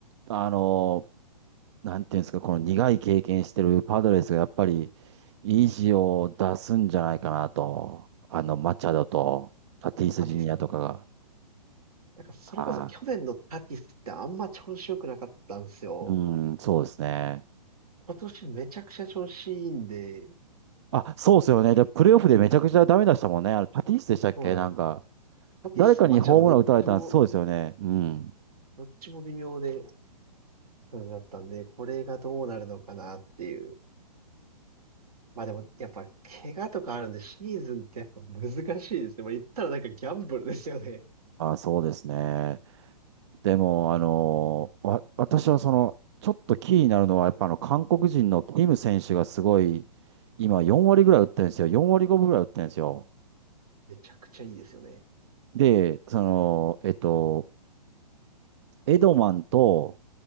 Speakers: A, on the right; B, on the right.
A: あの、なんていうんですか、この苦い経験してるパドレスが、やっぱり、意地を出すんじゃないかなと。あの、マチャドと、タティス・
B: タティス。
A: ジュニアとかが。
B: なんかそれこそ去年のタティスってあんま調子良くなかったんですよ。
A: あー、うん、そうですね。
B: 今年めちゃくちゃ調子いいんで、
A: あ、そうですよね。で、プレイオフでめちゃくちゃダメ出したもんね。あれ、タティスでしたっけなんか、
B: そうなんです。タティス、
A: 誰かにホームラン打たれたんそうですよね。
B: マチャド、どっちも、
A: うん。
B: どっちも微妙で、感じだったんで、これがどうなるのかなっていう。まあでも、やっぱ、怪我とかあるんで、シーズンってやっぱ難しいですね。まあ言ったらなんかギャンブルですよね。
A: あ、そうですね。でも、あの、わ、私はその、ちょっと気になるのは、やっぱあの、韓国人のキム選手がすごい、今4割ぐらい打ってるんですよ。
B: うんうんうん。
A: 4割5分ぐらい打ってるんですよ。
B: めちゃくちゃいいですよね。
A: で、その、えっと、エドマンと